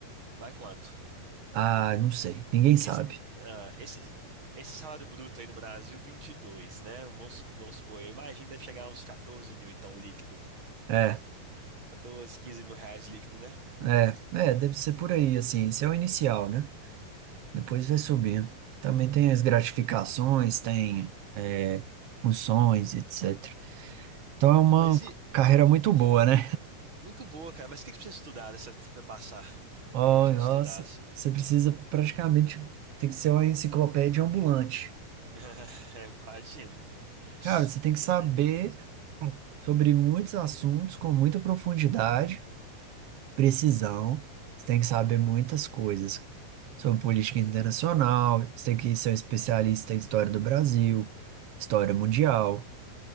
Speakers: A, on the right (about 35°); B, on the right (about 85°).
A: Vai quanto?
B: Ah, não sei. Ninguém
A: Porque
B: sabe.
A: esse, ah, esse, esse salário bruto aí no Brasil, vinte e dois né? Vamos, vamos supor, eu imagino que deve chegar a uns 14 mil, então, líquido.
B: É,
A: 14, 15 mil reais líquido, né?
B: é, é, deve ser por aí, assim. Esse é o inicial, né? Depois vai subindo. Também tem as gratificações, tem, é, funções, etc. Então é uma
A: Mas e,
B: carreira muito
A: e-
B: boa, né?
A: muito boa, cara. Mas o que que precisa estudar nessa, pra passar?
B: Oh,
A: O que que precisa
B: nossa,
A: estudar, assim?
B: você precisa praticamente tem que ser uma enciclopédia ambulante.
A: <laughs> Imagino. <laughs>
B: Cara, você tem que
A: Imagina
B: saber
A: que sim.
B: sobre muitos assuntos com muita profundidade, precisão. Você tem que saber muitas
A: Hum.
B: coisas sobre política internacional, você tem que ser um especialista em história do Brasil, história mundial,